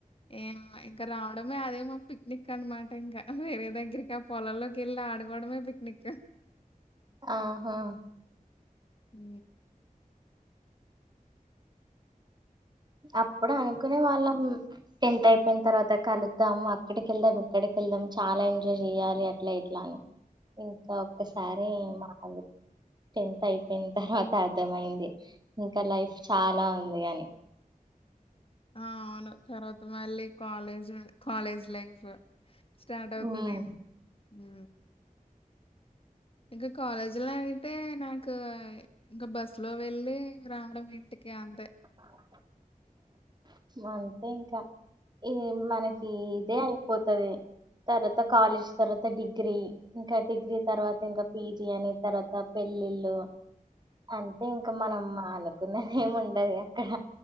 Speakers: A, on the left; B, on the right.
A: ఏ ఇంక రావడమే అదేమకు పిక్నిక్ అనమాట ఇంకా వేరే దగ్గరికి పొలల్లోకి వెళ్ళి ఆడుకోవడమే పిక్నిక్
B: ఆహా
A: ఊ
B: అప్పుడు అనుకునే వాళ్ళం టెన్త్ అయిపోయిన తర్వాత కలుతాము అక్కడికి వెళ్దాం ఇక్కడికి వెళ్దాం చాలా ఎంజాయ్ చెయాలి అట్లా ఇట్లా అని ఇంకా ఒక్కసారి మాది టెన్త్ అయిపోయిన తర్వాత అర్థ అయింది ఇంకా లైఫ్ చాలా ఉంది అని
A: ఆ అవును తర్వాత మళ్ళీ కాలేజ్ కాలేజ్ లైఫ్ స్టార్ట్ అవుతది
B: ఉమ్. ఉమ్.
A: ఏం ఊ ఇంకా కాలేజీలో అయితే నాకు ఇంకా బస్సు లో వెళ్ళి రావడం ఇంటికి అంతే
B: ఆ అంతే ఇంకా ఏం మనకి
A: హ్మ్
B: ఇదే అయిపోతది తర్వాత కాలేజ్ తర్వాత డిగ్రీ ఇంకా డిగ్రీ తర్వాత ఇంకా పీజి అని తర్వాత పెళ్ళిళ్ళు అంతే ఇంకా మనం అనుకున్నది ఏము ఉండది అక్కడ